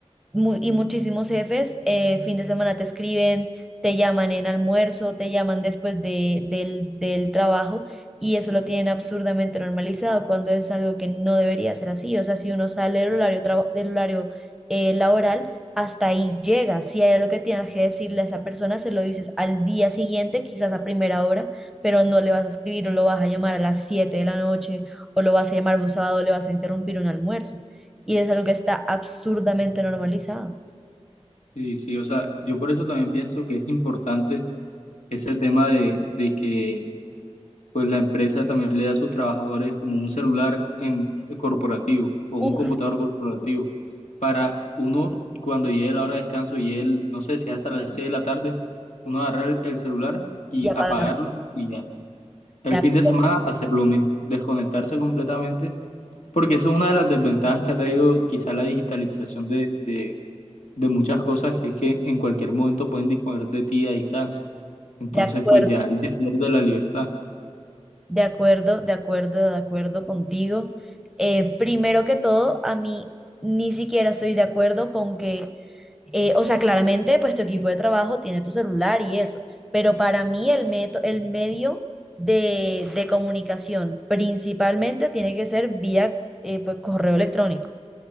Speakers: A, in the centre; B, on the left (about 80°).
A: mu- y muchísimos jefes eh, fin de semana te escriben, te llaman en almuerzo, te llaman después de, del, del trabajo y eso lo tienen absurdamente normalizado cuando es algo que no debería ser así. O sea, si uno sale del horario, traba- del horario eh, laboral, hasta ahí llega. Si hay algo que tienes que decirle a esa persona, se lo dices al día siguiente, quizás a primera hora, pero no le vas a escribir o lo vas a llamar a las 7 de la noche o lo vas a llamar un sábado, le vas a interrumpir un almuerzo y es algo que está absurdamente normalizado.
B: Sí, sí, o sea, yo por eso también pienso que es importante ese tema de, de que pues la empresa también le da a sus trabajadores como un celular en, eh, corporativo o
A: Uf,
B: un computador corporativo para uno cuando llegue la hora de descanso y él, no sé si es hasta las 6 de la tarde, uno agarrar el el celular y
A: Y apagar.
B: apagarlo y ya. El
A: De acu-
B: fin de semana hacer lo mismo, desconectarse completamente, porque esa es una de las desventajas que ha traído quizá la digitalización de, de de muchas cosas que es que en cualquier momento pueden disponer de ti a distancia. Entonces,
A: de acuerdo,
B: pues ya ahí se pierde la libertad.
A: de acuerdo, de acuerdo, de acuerdo contigo. Eh, primero que todo, a mí ni siquiera estoy de acuerdo con que, eh, o sea, claramente, pues tu equipo de trabajo tiene tu celular y eso, pero para mí el meto- el medio de, de comunicación principalmente tiene que ser vía, eh, pues, correo electrónico.